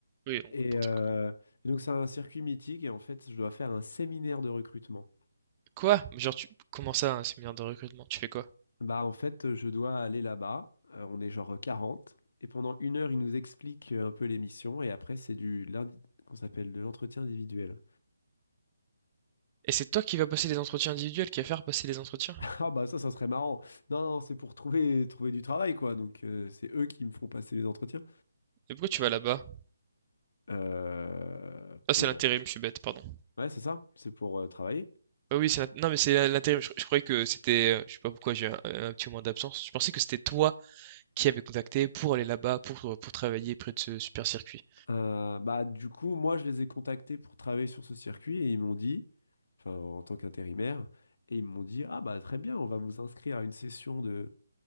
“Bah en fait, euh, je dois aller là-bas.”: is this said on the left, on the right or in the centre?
Left